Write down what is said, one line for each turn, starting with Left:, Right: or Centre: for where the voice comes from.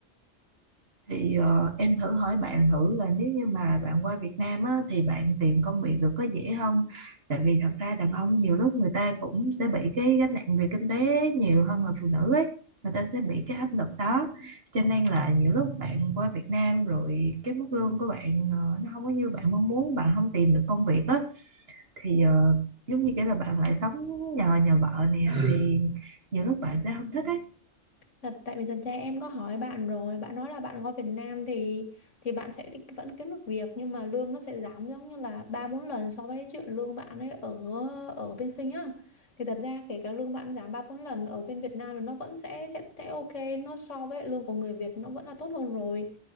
Right: thì ờ, em thử hỏi bạn thử là nếu như mà bạn qua Việt Nam á, thì bạn tìm công việc được có dễ không? Tại vì thật ra đàn ông nhiều lúc người ta cũng sẽ bị cái gánh nặng về kinh tế nhiều hơn là phụ nữ ấy. Người ta sẽ bị cái áp lực đó. Cho nên là nhiều lúc bạn qua Việt Nam rồi cái mức lương của bạn ờ, nó không có như bạn mong muốn, bạn không tìm được công việc á thì ờ, giống như kiểu là bạn lại sống nhờ nhà vợ nè thì nhiều lúc bạn sẽ không thích ấy.
Left: Thật, tại vì thật ra em có hỏi bạn rồi, bạn nói là bạn qua Việt Nam thì thì bạn sẽ ti- vẫn kiếm được việc nhưng mà lương nó sẽ giảm giống như là ba bốn lần so với chuyện lương bạn ấy ở ở bên Sinh á. Thì thật ra kể cả lương bạn giảm ba bốn lần ở bên Việt Nam thì nó vẫn sẽ, sẽ sẽ ok, nó so với lương của người Việt nó vẫn là tốt hơn rồi.